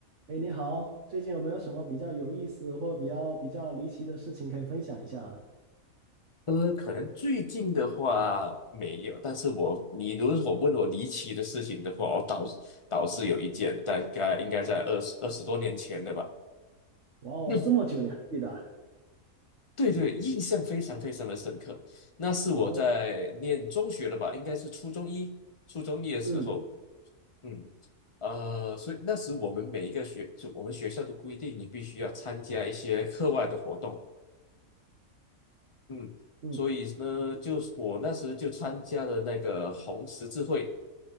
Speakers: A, on the right; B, on the left.
A: 哎，你好，最近有没有什么比较有意思或者比较比较离奇的事情可以分享一下？
B: 呃，可能最近的话没有，但是我你如果问我离奇的事情的话，我倒是倒是有一件，大概应该在二十二十多年前的吧。
A: 哇哦，
B: 嗯，
A: 这么久你还记得啊
B: 对对，印象非常非常的深刻。那是我在念中学了吧，
A: 哦，
B: 应该是初中一、初中一的时候。
A: 嗯
B: 嗯，呃，所以那时我们每一个学，就我们学校都规定你必须要参加一些课外的活动，嗯，
A: 嗯
B: 所以呢，就是我那时就参加了那个红十字会，